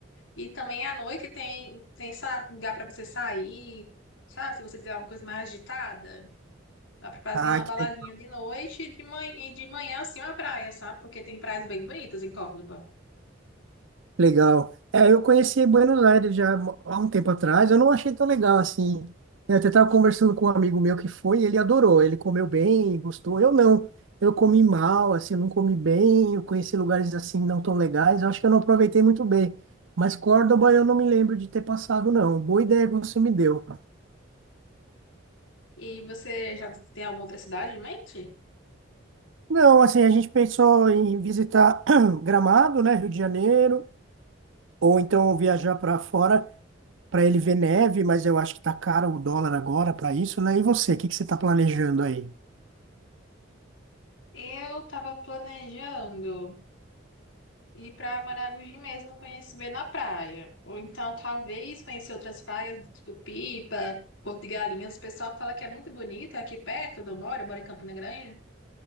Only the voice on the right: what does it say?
Ah,
que
Legal. É, eu conheci Buenos Aires já há um tempo atrás, eu não achei tão legal assim. Eu até estava conversando com um amigo meu que foi, e ele adorou, ele comeu bem, gostou. Eu não, eu comi mal, assim, eu não comi bem, eu conheci lugares assim não tão legais, eu acho que eu não aproveitei muito bem. Mas Córdoba eu não me lembro de ter passado, não. Boa ideia que você me deu.
Não, assim, a gente pensou em visitar <clears throat> Gramado, né, Rio de Janeiro, ou então viajar para fora. para ele ver neve, mas eu acho que tá caro o dólar agora para isso, né? E você, o que que você está planejando aí?